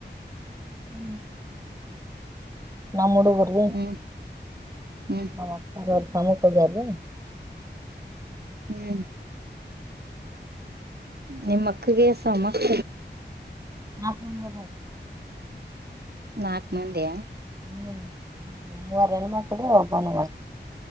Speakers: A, on the right; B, on the right.
A: ನ ನಾ ಮೂಡಗರುದು
B: ಹ್ಮ್ ಹ್ಮ್
A: ಹಾಾಮುಕದಲ್ಲ
B: ಹ್ಮ್ ನಿಮ್ಮಕ್ಕಗೆಸಮ್ಮಕ್ಕ
A: ನಾ ಸಂಗ
B: ನಾಕು ಮಂದಿಯ
A: ಹ್ಮ್ ಮೂವರೆ ಹೆಣ್ಮಕ್ಳೆ ಹೋಗಬ ನವ